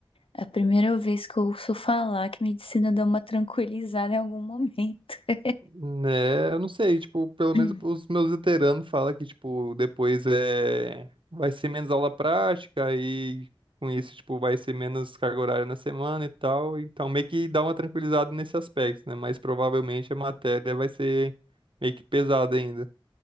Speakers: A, on the left; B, on the right.
A: É a primeira vez que eu ouço falar que medicina dá uma tranquilizada em algum momento. <clears throat>
B: Né, eu não sei, tipo, pelo
A: Hum.
B: menos os meus veteranos falam que, tipo, depois é... vai ser menos aula prática e com isso, tipo, vai ser menos carga horária na semana e tal. Então, meio que dá uma tranquilizada nesse aspecto, né? Mas provavelmente a matéria vai ser meio que pesada ainda.